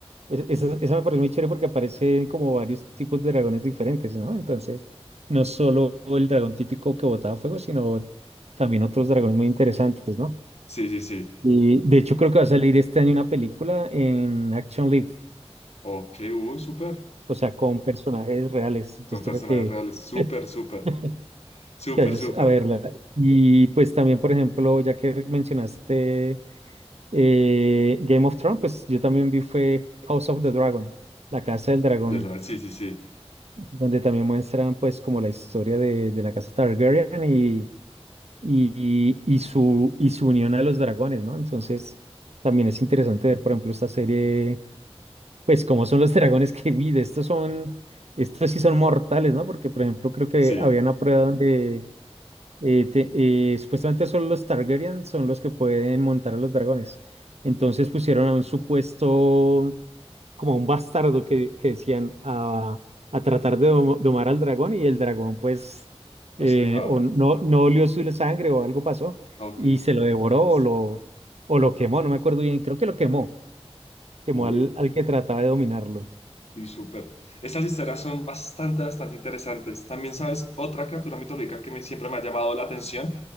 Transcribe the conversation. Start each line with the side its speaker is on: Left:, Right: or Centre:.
Right: Es- Esa, esa me parece muy chévere porque aparecen como varios tipos de dragones diferentes, ¿no? Entonces, no solo el dragón típico que botaba fuego, sino también otros dragones muy interesantes, ¿no?
Left: Sí, sí, sí.
Right: Y de hecho creo que va a salir este año una película en Action Live,
Left: Ok, uy, súper.
Right: o sea, con personajes reales. Entonces
Left: Con personajes
Right: toca que,
Left: reales. Súper, súper.
Right: <laughs>
Left: Súper,
Right: que vayas
Left: súper.
Right: a verla. Y pues también, por ejemplo, ya que mencionaste eh, Game of Thrones, pues yo también vi fue House of the Dragon, La Casa del Dragón.
Left: Desde la... Sí, sí, sí.
Right: donde también muestran pues como la historia de, de la casa Targaryen y, y, y su, y su unión a los dragones, ¿no? Entonces también es interesante ver, por ejemplo, esta serie, pues cómo son los <laughs> dragones que, uy, de estos son, estos sí son mortales, ¿no? Porque, por ejemplo, creo que
Left: Sí.
Right: había una prueba donde eh, te- eh, supuestamente solo los Targaryen son los que pueden montar a los dragones. Entonces pusieron a un supuesto, como un bastardo que, que decían a, a tratar de dom- domar al dragón y el dragón pues
Left: No
Right: eh,
Left: se dejaba.
Right: o no, no olió su sangre o algo pasó
Left: Ah, Ok.
Right: y se lo devoró
Left: Sí,
Right: o
Left: sí.
Right: lo, o lo quemó, no me acuerdo bien, creo que lo quemó, quemó
Left: Uy,
Right: al, al que trataba de dominarlo.
Left: y súper. Estas historias son bastante, bastante interesantes. También, ¿sabes? Otra criatura mitológica que me, siempre me ha llamado la atención